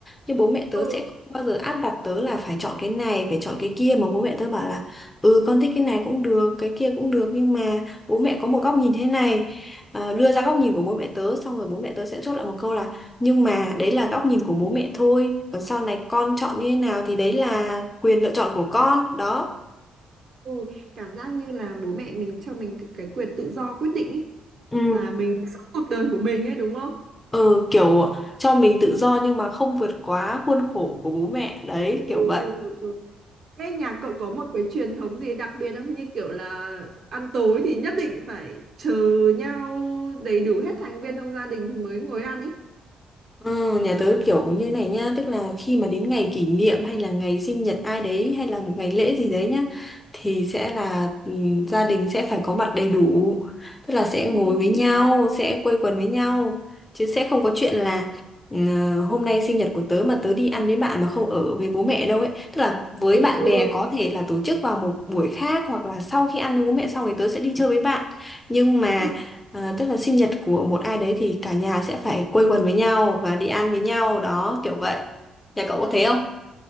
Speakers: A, on the left; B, on the right.
A: nhưng bố mẹ tớ
B: Ừ.
A: sẽ không bao giờ áp đặt tớ là phải chọn cái này phải chọn cái kia mà bố mẹ tớ bảo là ừ con thích cái này cũng được cái kia cũng được nhưng mà bố mẹ có một góc nhìn thế này Ờ, đưa ra góc nhìn của bố mẹ tớ xong rồi bố mẹ tớ sẽ chốt lại một câu là nhưng mà đấy là góc nhìn của bố mẹ thôi. Còn sau này con chọn như thế nào thì đấy là quyền lựa chọn của con. Đó.
B: ừ. Cảm giác như là bố mẹ mình cho mình cái, cái quyền tự do quyết định ý
A: Ừ,
B: là mình được sống cuộc đời của mình ấy đúng không?
A: Ừ, kiểu cho mình tự do nhưng mà không vượt quá khuôn khổ của bố mẹ. Đấy,
B: Ừ,
A: kiểu vậy.
B: ừ, ừ. Thế nhà cậu có một cái truyền thống gì đặc biệt không? Như kiểu là ăn tối thì nhất định phải chờ nhau đầy đủ hết thành viên trong gia đình mới ngồi ăn ý.
A: Ờ, nhà tớ kiểu như này nha tức là khi mà đến ngày kỷ niệm hay là ngày sinh nhật ai đấy hay là một ngày lễ gì đấy nhá thì sẽ là ừm, gia đình sẽ phải có mặt đầy đủ tức là sẽ ngồi
B: Ừ,
A: với nhau sẽ quây quần với nhau chứ sẽ không có chuyện là ừm, hôm nay sinh nhật của tớ mà tớ đi ăn với bạn mà không ở với bố mẹ đâu ấy tức là với
B: ừ,
A: bạn
B: ừ.
A: bè
B: ừ.
A: có thể là tổ chức vào một buổi khác hoặc là sau khi ăn với bố mẹ xong thì tớ sẽ đi chơi với bạn nhưng mà
B: Ừ,
A: À, tức là sinh nhật của một ai đấy thì cả nhà sẽ phải quây quần với nhau và đi ăn với nhau đó kiểu vậy. Nhà cậu có thế không?